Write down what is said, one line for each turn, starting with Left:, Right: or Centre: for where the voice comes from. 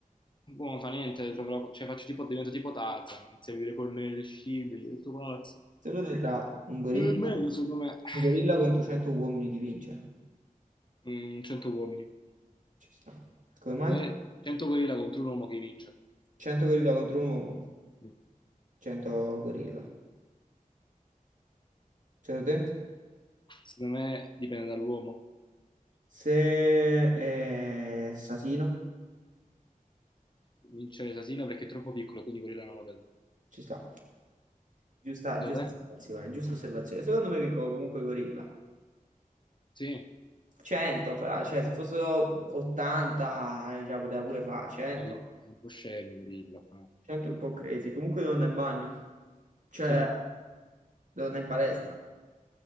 Left: Boh, non fa niente, troverò- cioè faccio tipo, divento tipo Tarzan, inizio a vivere con me le scimmie, tutto pazzo.
Right: Se lo vedi tra un gorilla,
Left: È meglio, secondo me, <clears throat>
Right: un gorilla contro 100 uomini, chi vince?
Left: Mm, 100 uomini.
Right: Ci sta. Come mai?
Left: Cos'è? 100 gorilla contro un uomo che vince.
Right: 100 gorilla contro un uomo,
Left: Mm.
Right: 100 gorilla. Secondo te?
Left: Secondo me dipende dall'uomo.
Right: Se è assassino,
Left: Vince l'asino perché è troppo piccolo, quindi gorilla non lo vedono.
Right: ci sta. Giusta,
Left: Secondo
Right: giusta osservazione,
Left: te?
Right: giusta osservazione. Secondo me vinco comunque i gorilla.
Left: Sì.
Right: 100, fra- cioè se fossero 80, eh, cioè, poteva pure fare 100.
Left: Capito? Un po' scemi, gorilla. però.
Right: 100 è un po' crazy. Comunque devo andare in bagno, cioè
Left: Sì.
Right: devo andare in palestra.